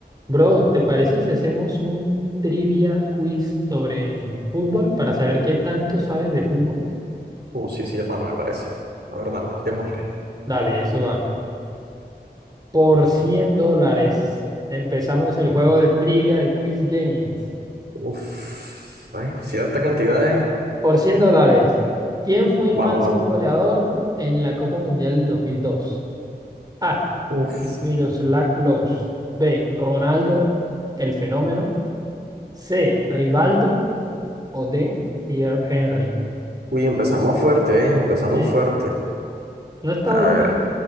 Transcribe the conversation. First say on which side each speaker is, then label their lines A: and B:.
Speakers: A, on the right (about 20°); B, on the right (about 70°).
A: Bro, ¿te parece si hacemos un trivia quiz sobre fútbol para saber qué tanto sabes de fútbol?
B: Uh, sí, sí, hermano, me parece. La verdad, más, démosle.
A: Dale, eso va. Por 100 dólares empezamos el juego de trivia de Quiz Games.
B: Uf, ¿sabes? Cierta cantidad eh
A: Por 100 dólares, ¿quién fue
B: Vamos,
A: el máximo
B: vamos.
A: goleador en la Copa Mundial del dos? mil dos? A.
B: Uf.
A: Miroslav Klose. B. Ronaldo, el fenómeno. C. Rivaldo o D. Pierre Henry.
B: Uy, empezamos fuerte, ¿eh? Empezamos
A: Sí.
B: fuerte.
A: No está,
B: A
A: dif-
B: ver.
A: no-